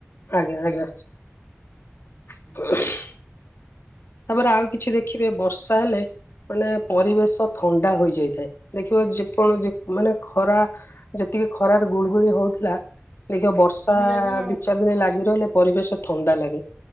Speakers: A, on the left; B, on the right.
A: ଆଜ୍ଞା ଆଜ୍ଞା। <unintelligible>
B: ହୁଁ
A: ତାପରେ ଆଉ କିଛି ଦେଖିବେ ବର୍ଷା ହେଲେ ମାନେ ପରିବେଶ ଥଣ୍ଡା ହୋଇଯାଇଥାଏ ଦେଖିବ ଯେ କଣ ମାନେ ଖରା ଯେତିକି ଖରାରେ ଗୁଳଗୁଳି ହଉଥିଲା ଦେଖିବ ବ ବର୍ଷା
B: କମି ଯାଇଛି ନା ଆଉ
A: ଦି ଚାରି ଦିନ ଲାଗି ରହିଲେ ପରିବେଶ ଥଣ୍ଡା ଲାଗେ